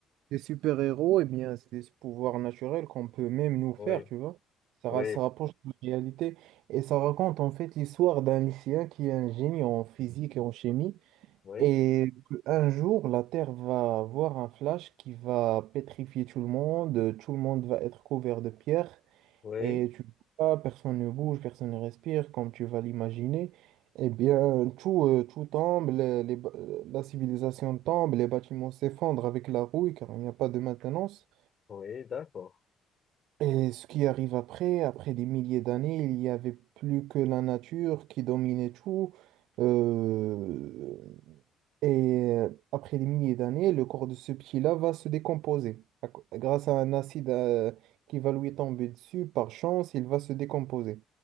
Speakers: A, on the right; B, on the left.
A: des super-héros, eh bien, c'est des pouvoirs naturels qu'on peut même nous faire,
B: Oui,
A: tu vois? Ça,
B: oui,
A: ra- ça rapproche de la réalité et ça raconte en fait l'histoire d'un lycéen qui est un génie en physique et en chimie.
B: oui,
A: Et un jour, la Terre va voir un flash qui va pétrifier tout le monde, tout le monde va être couvert de pierres,
B: oui,
A: et tu vois, personne ne bouge, personne ne respire, comme tu vas l'imaginer. Eh bien, tout, euh, tout tombe, les- les ba- euh, la civilisation tombe, les bâtiments s'effondrent avec la rouille, car il n'y a pas de maintenance.
B: oui, d'accord.
A: Et ce qui arrive après, après des milliers d'années, il n'y avait plus que la nature qui dominait tout. Euh, et euh, après des milliers d'années, le corps de ce petit-là va se décomposer. À co- Grâce à un acide euh, qui va lui tomber dessus, par chance, il va se décomposer.